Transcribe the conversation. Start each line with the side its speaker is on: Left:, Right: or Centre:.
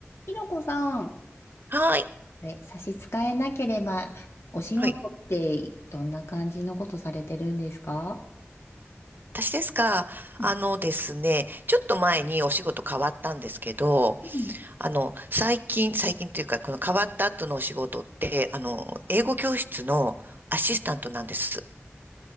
Left: ひろこさん、
Right: はい。
Left: あれ、差し支えなければ、お仕事ってどんな感じのことされてるんですか
Right: はい。私ですかあのですね、
Left: うん
Right: ちょっと前にお仕事変わったんですけど、
Left: うん
Right: あの、最近、最近というか、この変わった後のお仕事って、あの、英語教室のアシスタントなんです。